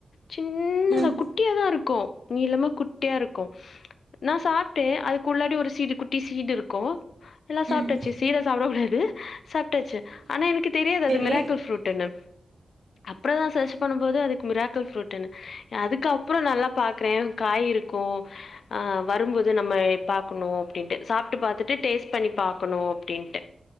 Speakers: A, on the left; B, on the right.
A: து சின்னதா
B: ம்
A: குட்டிய தா இருக்கு நீளமா குட் டியா இருக்கு நா சாப்ட்டே அதுக்குள்ளாடி ஒரு சீடு குட்டி சீடு இருக்கு எல்லா
B: ம்
A: சாப்ட்டாச்சு சீட சாப்ட கூடாது சாப்ட்டாச்சு ஆனா எனக்கு தெரியாது அது
B: செரி
A: மிராக்கல் ஃப்ரூட்ன்னு அப்றம்தா சர்ச் பண்ணும் போது அதுக்கு மிராக்கல் ஃப்ரூட்னு அதுக்கப்புற நல்லா பாக்குறே காய் இருக்கு அ வரும்போது நம்ம பாக்கணு அப்டின்டு சாப்ட்டு பாத்துட்டு டேஸ்ட் பண்ணி பாக்கனு அப்டின்ட்டு